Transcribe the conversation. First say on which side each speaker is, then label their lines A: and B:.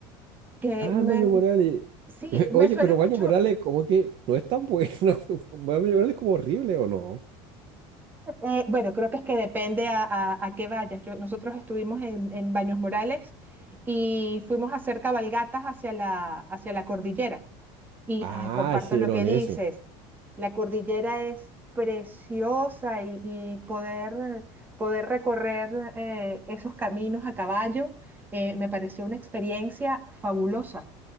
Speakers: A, on the right (about 15°); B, on the right (about 45°).
A: que
B: Ah,
A: me,
B: Maño Morales.
A: sí,
B: <laughs>
A: me
B: Oye,
A: suena
B: pero
A: mucho,
B: Maño Morales como que no es tan bueno. <laughs> Maño Morales es como horrible, ¿o no?
A: eh, bueno, creo que es que depende a, a, a qué vayas. Yo- nosotros estuvimos en, en Baños Morales y fuimos a hacer cabalgatas hacia la, hacia la cordillera. Y
B: Ah,
A: ay, comparto
B: hicieron
A: lo que dices.
B: eso.
A: La cordillera es preciosa y, y poder, poder recorrer eh, esos caminos a caballo eh, me pareció una experiencia fabulosa.